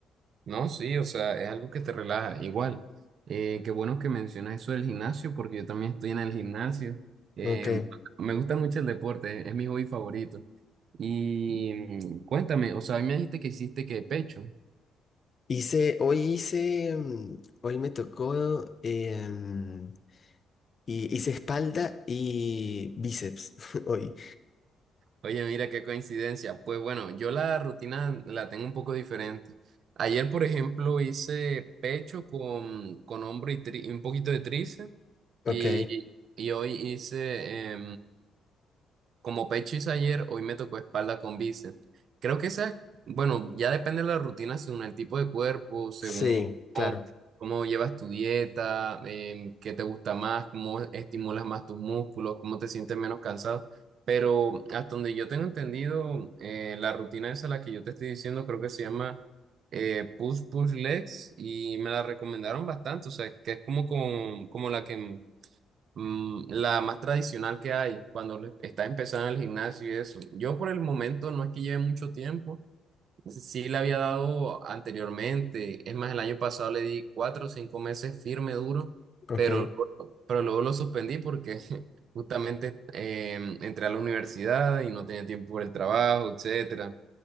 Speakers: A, on the right (about 60°); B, on the left (about 40°).
A: No, sí, o sea, es algo que te relaja. Igual, eh, qué bueno que mencionas eso del gimnasio, porque yo también estoy en el gimnasio. Em,
B: Ok.
A: me gusta mucho el deporte, es mi hobby favorito. Y mm, cuéntame, o sea, a mí me dijiste que hiciste que pecho.
B: Hice, hoy hice, mm, hoy me tocó, em, y hice espalda y bíceps <laughs> hoy.
A: Oye, mira qué coincidencia. Pues bueno, yo la rutina la tengo un poco diferente. Ayer, por ejemplo, hice pecho con, con hombro y tri- y un poquito de tríceps
B: Ok.
A: y, y hoy hice Como pecho hice ayer, hoy me tocó espalda con bíceps. Creo que esa, bueno, ya depende de la rutina según el tipo de cuerpo, según
B: Sí,
A: cómo,
B: claro.
A: cómo llevas tu dieta, em, qué te gusta más, cómo estimulas más tus músculos, cómo te sientes menos cansado. Pero hasta donde yo tengo entendido, eh, la rutina esa, la que yo te estoy diciendo, creo que se llama eh, Push Push Legs y me la recomendaron bastante, o sea, que es como, con- como la que Mm, la más tradicional que hay cuando le- está empezando el gimnasio y eso. Yo por el momento no es que lleve mucho tiempo, sí le había dado anteriormente, es más, el año pasado le di cuatro o cinco meses firme, duro,
B: Ok.
A: pero, luego- pero luego lo suspendí porque <laughs> justamente eh, entré a la universidad y no tenía tiempo por el trabajo, etcétera.